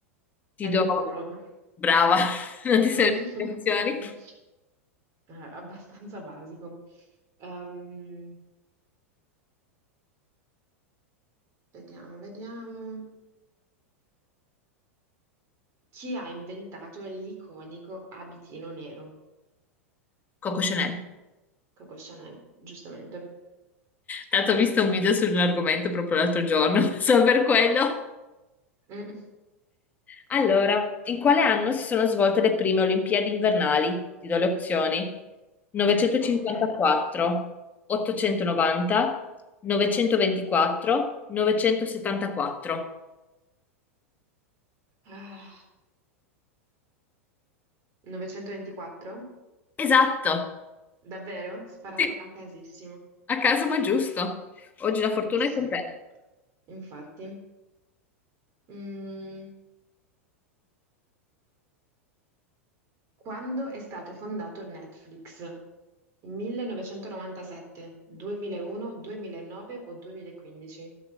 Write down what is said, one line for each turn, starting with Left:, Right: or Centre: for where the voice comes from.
Left: Ti
Right: Andy
Left: do...
Right: Warhol.
Left: Brava, <laughs> non ti
Right: <laughs>
Left: servono le istruzioni.
Right: Eh, Abbastanza basico. Ehm, vediamo, vediamo. Chi ha inventato l'iconico abitino nero?
Left: Coco Chanel.
Right: Coco Chanel, giustamente.
Left: Tanto ho visto un video sull'argomento proprio l'altro giorno, <laughs> solo per quello.
Right: Mm,
Left: Allora, in quale anno si sono svolte le prime Olimpiadi invernali? Ti do le opzioni. 954,
Right: ok.
Left: 890, 924, 974.
Right: Ah, 924?
Left: Esatto,
Right: Davvero? Sparato
Left: sì,
Right: a casissimo.
Left: a caso ma giusto. Oggi la fortuna
Right: Assurdo.
Left: è con te.
Right: Infatti. Mm, Quando è stato fondato Netflix? 1997, 2001, 2009 o 2015?